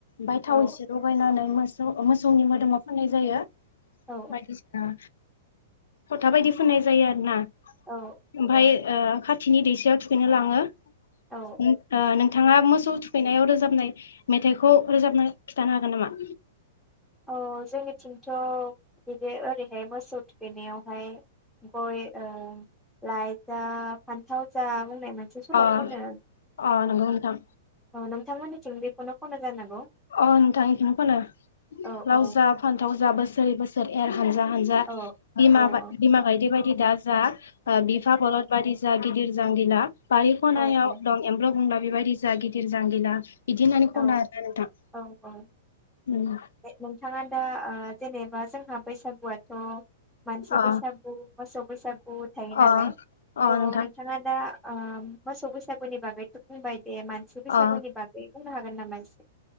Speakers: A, on the left; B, in the centre.
A: बाय थाव
B: औ
A: एसे लगायनानै मोस सौ मोसौनि मोदोमाव फाननाय जायो।
B: औ
A: बायदिसिना फोथा बायदि फुननाय जायो आरो ना
B: औ
A: ओमफ्राय ओ खाथ थिनि दैसायाव थुखैनो लाङो ओ
B: औ
A: उम नों थाङा मोसौ थुखैनायाव रोजाबनाय मेथाइखौ रोजाबना खिन्थानो हागोन नामा?
B: औ जोंनिथिंथ बिदि ओरैहाय मोसौ थुखैनायावहा गय ओ लाय जा फान्थाव जा बुंनाय मोनसे सल
A: अ
B: खनो।
A: अ
B: औ
A: नंगौ नोंथां
B: नोंथांमोननिथिं बेखौनो खनो जानांगौ।
A: अ नोंथां बेखौनो फानो
B: औ
A: लाव
B: औ
A: जा फानथाव जा बोसोरै बोसोर एर हानजा हानजा
B: औ
A: बिमा
B: औ औ
A: बिमा गायदे बायदि दा जा बिफा बरलद बायदि जा गिदिर जांगिला बारिखनायाव
B: औ औ
A: दं एम्ब बंला बेबायदि जा गिदिर ज गैला बिदि होननानै
B: औ
A: खना आरोना नोंथां।
B: औ औ
A: उम
B: नोंथाङा दा ओ जेनेबा जोंहा बैसागुआथ मानसि
A: अ
B: बैसागु मोसौ बैसागु थायो नालाय
A: अ
B: थ
A: अ नोंथां
B: नोंथाङा दा। ओ मोसौ बैसागुनि बागैथ बुंबाय दे मानसिु बैसागुनि
A: अ
B: बागै हागोन नामा एसे?